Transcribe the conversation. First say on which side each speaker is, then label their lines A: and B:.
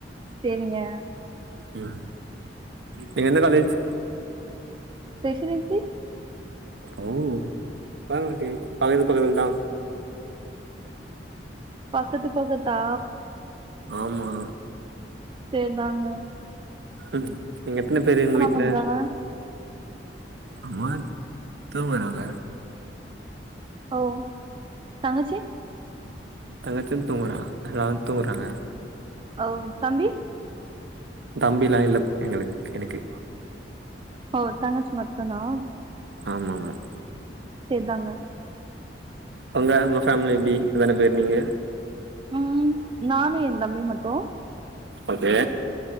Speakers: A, on the right; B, on the right.
A: செரிங்க
B: ஹ்ம்ம் நீங்க எந்த காலேஜ்
A: ப்ரெசிடெண்ட்சி
B: ஓ வாங்க ஒருவாட்டி பக்கத்து பக்கதுலதா
A: பக்கத்து பக்கத் தா
B: ஆமா
A: சேரிதாங்க
B: ம் நீங்க எத்தன பேரு உங்க வீட்ல
A: பண்றாங்க
B: அம்மா தூங்கறாங்க
A: ஓ தங்கச்சி
B: தங்கச்சியும் தூங்குறா எல்லாரும தூங்குறாங்க
A: ஓ தம்பி
B: தம்பிலா இல்ல எங்களுக் எனக்கு
A: ஓ தங்கச்சி மட்டுதானா
B: ஆமாமா
A: சேரிதாங்க
B: அங்க உங்க ஃபேமிலி எப்டி எத்தன பேரு நீங்க
A: ம் நானு எ தம்பி மட்டு
B: ஓகே